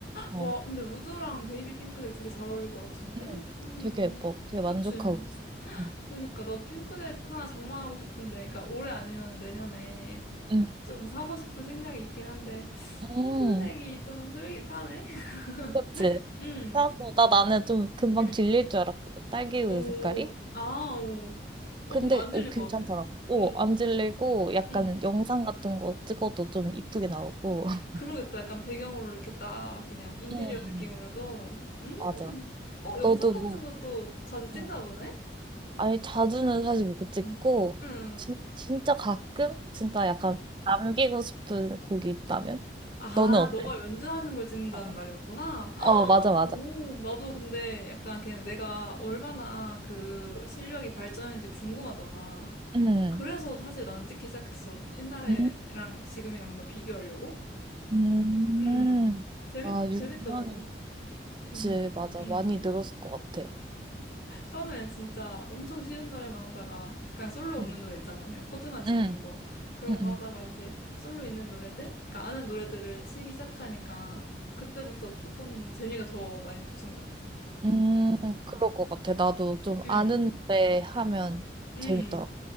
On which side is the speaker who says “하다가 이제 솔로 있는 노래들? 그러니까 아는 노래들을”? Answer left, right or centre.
Left